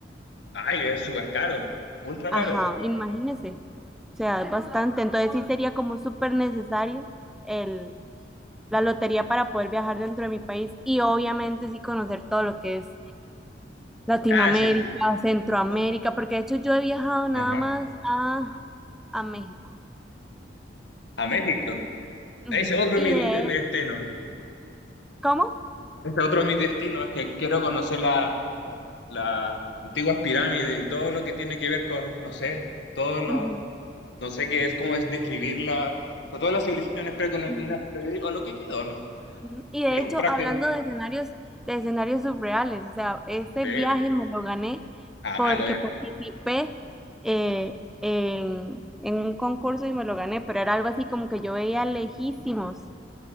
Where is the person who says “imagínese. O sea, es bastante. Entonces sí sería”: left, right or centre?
Centre